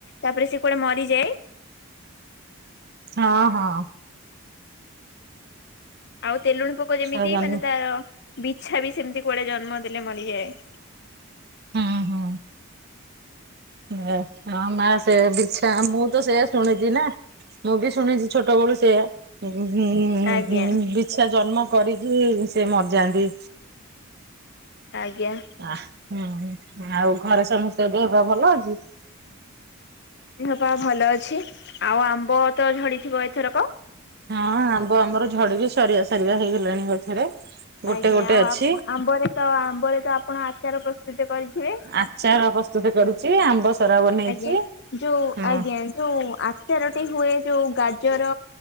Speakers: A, on the left; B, on the right.
A: ତାପରେ ସେ କୁଆଡେ ମରିଯାଏ।
B: ହଁ ହଁ।
A: ଆଉ ତେଲୁଣି ପୋକ ଯେମିତି
B: ସଜନ
A: ମାନେ ତାର ବିଛା ବି ସେମିତି କୁଆଡେ ଜନ୍ମ ଦେଲେ ମରିଯାଏ।
B: ଉଁ ହୁଁ। ମୋ ମୋ ମା ସେଇଆ ବିଛା ମୁଁ ତ ସେୟା ଶୁଣିଚି ନା। ମୁଁ ବି ଶୁଣିଛି ଛୋଟବେଳୁ ସେଇଆ ଗୁଁ ଉଁ
A: ଆଜ୍ଞା।
B: ଗୁଁ ବି ବିଛା ଜନ୍ମ କରିକି ସେ ମରିଯାନ୍ତି।
A: ଆଜ୍ଞା
B: ଆଃ ହୁଁ ଆଉ ଘରେ ସମସ୍ତେ ଦେହପା ଭଲ ଅଛି।
A: ହଁ ଧିଅ ପା ଭଲ ଅଛି ଆଉ ଆମ୍ବ ତ ଝଡିଥିବ ଏଇ ଥର କ?
B: ହଁ ଆମ୍ବ ଆମର ଝଡିକି ସରିବା ସରିବା ହେଇଗଲାଣି ଗଛରେ। ଗୋଟେ
A: ଆଜ୍ଞା
B: ଗୋଟେ
A: ଆଉ
B: ଅଛି
A: ଆମ୍ ଆମ୍ବରେ ତ ଆମ୍ବରେ ତ ଆପଣ ଆଚାର ପ୍ରସ୍ତୁତି କରିଥିବେ।
B: ଆଚାର ପ୍ରସ୍ତୁତି କରୁଚି ଆମ୍ବ ସରା ବନେଇଚି
A: ଆଜ୍ଞା
B: ହୁଁ।
A: ଯୋଉ ଆଜ୍ଞା ଯୋଉ ଆଚାରଟି ହୁଏ ଯୋଉ ଗାଜର।